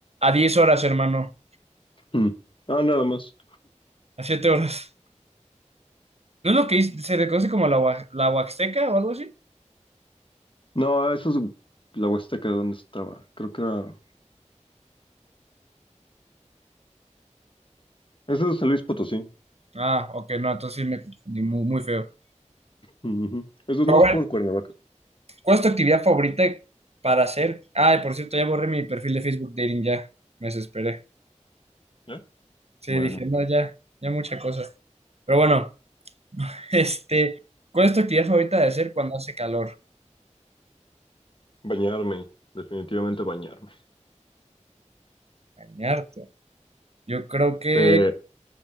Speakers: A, on the right; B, on the left.
A: a 10 horas, hermano.
B: mm. Ah, nada más.
A: A 7 horas. ¿No es lo que dice- se le conoce como la, Hua- la Huaxteca o algo así?
B: No, esa es la Huasteca donde estaba. Creo que era... Ese es San Luis Potosí.
A: Ah, ok, no, entonces sí me confundí muy, muy feo.
B: Ujú. Eso
A: Pero
B: es más
A: a ver,
B: por Cuernavaca.
A: ¿cuál es tu actividad favorita para hacer? Ah, por cierto, ya borré mi perfil de Facebook Dating, ya. Me desesperé.
B: ¿Eh?
A: Sí,
B: Bueno.
A: dije, no, ya, ya mucha cosa. Pero bueno, <laughs> este, ¿cuál es tu actividad favorita de hacer cuando hace calor?
B: Bañarme, definitivamente bañarme.
A: Bañarte. Yo creo que
B: Eh,